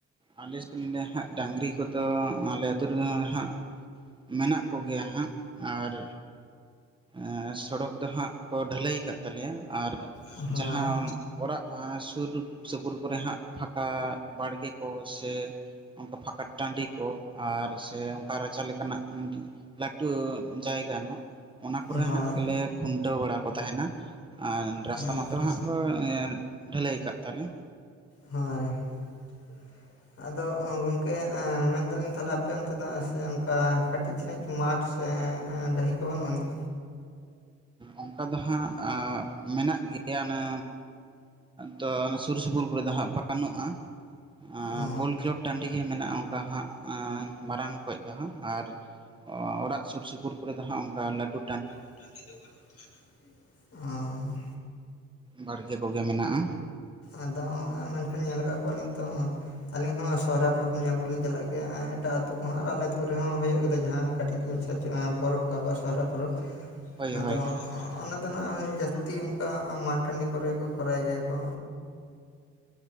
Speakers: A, on the right; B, on the left.
A: ᱟᱞᱮ ᱥᱮᱫ ᱫᱚ ᱞᱤᱧ ᱞᱟᱹᱭᱟ ᱦᱟᱸᱜ ᱰᱟᱝᱨᱤ ᱠᱚᱫᱚ ᱟᱞᱮ ᱟᱹᱛᱩ ᱨᱮᱫᱚ ᱦᱟᱸᱜ ᱢᱮᱱᱟᱜ ᱠᱚᱜᱮᱭᱟ ᱦᱟᱸᱜ ᱟᱨ ᱮᱸ ᱥᱚᱲᱚᱠ ᱫᱚ ᱦᱟᱸᱜ ᱠᱚ ᱰᱷᱟᱹᱞᱟᱹᱭ ᱟᱠᱟᱫ ᱛᱟᱞᱮᱭᱟ, ᱟᱨ
B: ᱦᱳᱭ
A: ᱡᱟᱦᱟᱸ ᱚᱲᱟᱜ ᱥᱩᱨ ᱥᱩᱯᱩᱨ ᱠᱚᱨᱮ ᱦᱟᱸᱜ ᱯᱷᱟᱠᱟ ᱵᱟᱲᱜᱮ ᱠᱚ ᱥᱮ ᱚᱱᱠᱟ ᱯᱷᱟᱠᱟ ᱴᱟᱺᱰᱤ ᱠᱚ, ᱟᱨ ᱥᱮ ᱚᱱᱠᱟ ᱨᱟᱪᱟ ᱞᱮᱠᱟᱱᱟᱜ ᱢᱤᱫᱴᱤᱡ ᱞᱟᱹᱴᱩ ᱡᱟᱭᱜᱟ ᱧᱚᱜ, ᱚᱱᱟ ᱠᱚᱨᱮ
B: ᱦᱳᱭ
A: ᱦᱟᱸᱜ ᱜᱮᱞᱮ ᱠᱷᱩᱱᱴᱟᱹᱣ ᱵᱟᱲᱟ ᱠᱚ ᱛᱟᱦᱮᱱᱟ ᱾ ᱟᱨ ᱨᱟᱥᱛᱟ
B: ᱟᱪᱪᱷᱟ
A: ᱢᱟᱛᱚ ᱦᱟᱸᱜ ᱠᱚ ᱰᱷᱟᱹᱞᱟᱹᱭ ᱟᱠᱟᱫ ᱛᱟᱞᱮ ᱾
B: ᱦᱳᱭ ᱾ ᱟᱫᱚ ᱜᱚᱢᱠᱮ ᱢᱮᱱ ᱫᱟᱞᱤᱧ ᱛᱟᱦᱚᱞᱮ ᱟᱯᱮ ᱚᱱᱛᱮ ᱫᱚ ᱥᱮ ᱚᱱᱠᱟ ᱠᱟᱹᱴᱤᱡ ᱥᱟᱹᱦᱤᱡ ᱢᱟᱴᱷ ᱥᱮ ᱰᱟᱹᱦᱤ ᱠᱚ ᱵᱟᱹᱱᱩᱜ ᱟᱹᱱᱤᱡ?
A: ᱚᱱᱠᱟ ᱫᱚ ᱦᱟᱸᱜ ᱟᱸ ᱢᱮᱱᱟᱜ ᱜᱮᱭᱟ ᱚᱱᱮ ᱛᱚ ᱚᱱᱟ ᱥᱩᱨ ᱥᱩᱯᱩᱨ ᱠᱚᱨᱮ ᱫᱚ ᱦᱟᱸᱜ ᱵᱟᱹᱱᱩᱜᱼᱟ ᱾
B: ᱚ
A: ᱵᱚᱞ ᱠᱷᱮᱞᱳᱰ ᱴᱟᱺᱰᱤ ᱜᱮ ᱢᱮᱱᱟᱜᱼᱟ ᱚᱝᱠᱟ ᱦᱟᱸᱜ ᱟᱸ ᱢᱟᱨᱟᱝ ᱠᱚᱡ ᱫᱚ ᱦᱟᱸᱜ ᱟᱨ ᱚᱲᱟᱜ ᱥᱩᱨ ᱥᱩᱯᱩᱨ ᱠᱚᱨᱮ ᱫᱚ ᱦᱟᱸᱜ ᱚᱝᱠᱟ ᱞᱟᱴᱩ
B: <inaudible> ᱚᱸᱻ᱾
A: ᱵᱟᱲᱜᱮ ᱠᱚᱜᱮ ᱢᱮᱱᱟᱜᱼᱟ᱾
B: ᱟᱫᱚ ᱢᱮᱱᱠᱷᱟᱱ ᱧᱮᱞ ᱟᱠᱟᱜ ᱠᱚᱣᱟᱞᱤᱧ ᱛᱚ, ᱟᱞᱤᱧ ᱦᱚᱸ ᱥᱚᱦᱚᱨᱟᱭ ᱯᱚᱨᱚᱵᱽ ᱧᱮᱞ ᱠᱚᱞᱤᱧ ᱪᱟᱞᱟᱜ ᱜᱮᱭᱟ ᱮᱴᱟᱜ ᱟᱹᱛᱩ ᱠᱚᱦᱚᱸ ᱟᱞᱮ ᱟᱹᱛᱩ ᱠᱚ ᱨᱮᱦᱚᱸ ᱦᱳᱭᱳᱜ ᱜᱮᱫᱚ ᱡᱟᱦᱟᱸ ᱠᱟᱹᱴᱤᱡ ᱢᱟᱪᱷᱟ <inaudible> ᱯᱚᱨᱚᱵᱽ ᱠᱚ ᱟᱵᱚᱣᱟᱜ ᱥᱚᱦᱚᱨᱟᱭ ᱯᱚᱨᱚᱵᱽ᱾
A: ᱦᱳᱭ
B: ᱟᱫᱚ
A: ᱦᱳᱭ
B: ᱚᱱᱟ ᱫᱚ ᱱᱟᱦᱟᱜ ᱡᱟᱹᱥᱛᱤ ᱚᱝᱠᱟ ᱢᱟᱴ ᱴᱟᱺᱰᱤ ᱠᱚᱨᱮ ᱜᱮᱠᱚ ᱠᱚᱨᱟᱣ ᱜᱮᱭᱟ ᱠᱚ,